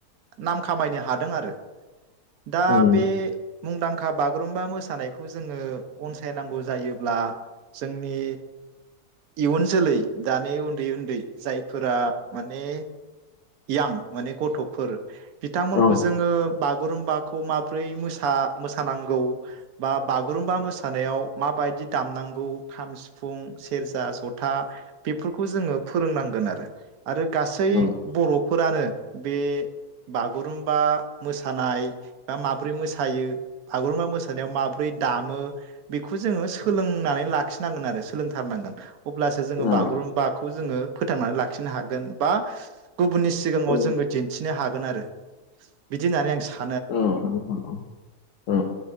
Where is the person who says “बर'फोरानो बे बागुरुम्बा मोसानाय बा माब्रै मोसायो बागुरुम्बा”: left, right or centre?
Right